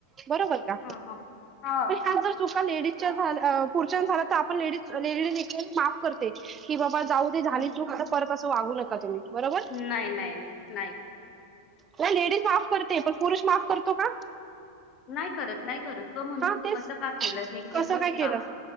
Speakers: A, on the right (about 25°); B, on the left (about 35°).
A: बरोबर का
B: हां, हां. हां.
A: पण ह्याच जर चुका लेडीजच्या झाल अ पुरुषांच्या झालं तर आपण लेडीज लेडी एकवेळेस माफ करते की बाबा जाऊदे झाली
B: हं.
A: चुक आता परत तसं वागू नका तुम्ही बरोबर
B: नाही नाही नाही नाही
A: हो लेडीज माफ करते पण पुरुष माफ करतो का?
B: नाही करत नाही करत तो म्हणतो
A: हा
B: तू
A: तेच
B: असं का केलं हे केलंस
A: कसं काय केलं
B: का?